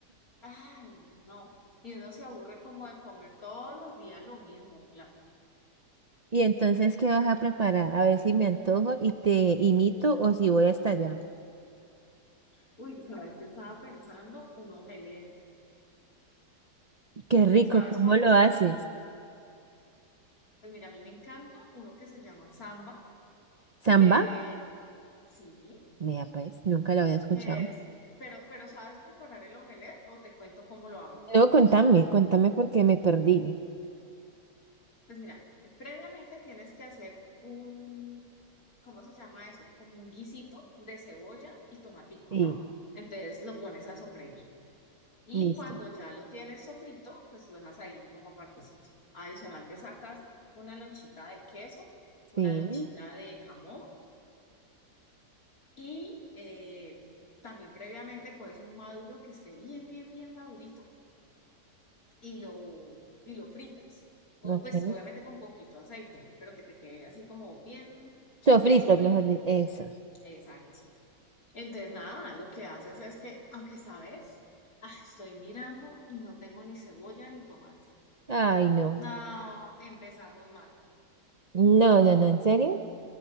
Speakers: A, on the left; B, on the right.
A: Ay, no. Y uno se aburre como de comer todos los días lo mismo. claro.
B: Y entonces, ¿qué vas a preparar? A ver si me antojo y te imito o si voy hasta allá.
A: Uy, ¿sabes qué estaba pensando? Un omelette.
B: Qué rico,
A: ¿Sabes
B: ¿cómo
A: cuál
B: lo
A: es?
B: haces?
A: Pues mira, a mí me encanta uno que se llama samba,
B: samba
A: que sí,
B: Mira, pues, nunca lo había escuchado.
A: que es, pero, pero ¿sabes preparar el omelette o te cuento cómo lo hago?
B: No, contame, contame porque me perdí.
A: Pues mira, previamente tienes que hacer un, ¿cómo se llama eso? Como un guisito de cebolla y tomatico,
B: Sí,
A: ¿no? Entonces lo pones a sofreír. Y
B: listo.
A: cuando ya lo tienes sofrito, pues lo dejas ahí como partecito. Adicional, te sacas una lonchita de queso, una
B: Sí,
A: lonchita de jamón y eh, también previamente coges un maduro que esté bien, bien, bien madurito y lo, y lo fritas. O
B: ok.
A: pues obviamente con poquito aceite, pero que te quede así como bien,
B: Sofrito,
A: bien sofrito,
B: mejor dicho,
A: pues.
B: eso.
A: Exacto. Entonces, nada, lo que haces es que, aunque sabes, ah, estoy mirando y no tengo ni cebolla ni tomate
B: Ay, no.
A: No, empezamos mal.
B: No, no, no, ¿en serio?